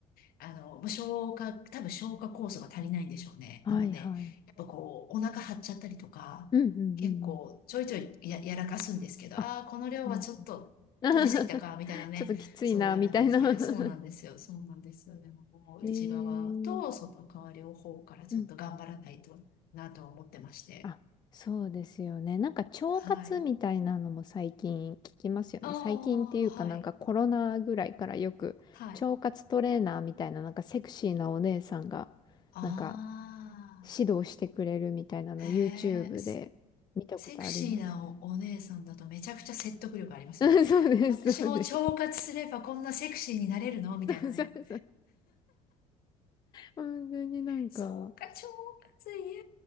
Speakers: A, on the left; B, on the left.
A: あの、もう消化、多分消化酵素が足りないんでしょうね。
B: はいはい。
A: なので、やっぱこう、お腹張っちゃったりとか、
B: うんうんうんうん。
A: 結構ちょいちょいや、やらかすんですけど、
B: あ、
A: ああ、この量はちょっと取りすぎたか、
B: そうなんだ。<laughs>
A: みたいなね、
B: ちょっときついな、
A: そうあるんですけど、
B: みたいな <laughs>
A: そうなんですよ、そうなんですよ。でも、もう内側と外側両方からちょっと頑張らないとなと思ってまして。
B: えー、うん。あ、そうですよね。なんか腸活みたいなのも最近聞きますよね。
A: はい。ああ、
B: 最近っていうかなんかコロナぐらいからよく腸活トレーナーみたいななんかセクシーなお姉さんが
A: はい。はい。あ
B: なんか指導してくれるみたいなの
A: あ、
B: YouTube
A: へえ。
B: で見たことあります。
A: セクシーなお、お姉さんだとめちゃくちゃ説得力ありますよね。
B: <laughs> そうです、
A: 私も腸活すればこんなセクシーになれるのみたいなね。
B: そうです。そうそうそう。本当になんか、
A: そうか、腸活、いや